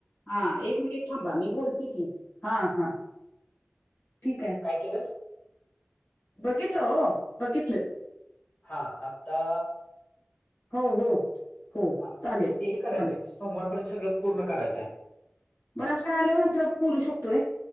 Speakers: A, on the left; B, on the left.
A: हा. एक मिनिट थांबा. मी बोलते की, हा, हा. ठीक हाय.
B: काय केलसं?
A: बघितलं ओ. बघितलं.
B: हा. आता
A: हो. हो हो.
B: हा
A: चालेल,
B: आणि ते हे करायचंय
A: चालेल.
B: सोमवारपर्यंत सगळं पूर्ण करायचायं.
A: बर असुदे, आल्यावर मात्र आपण बोलू शकतोय.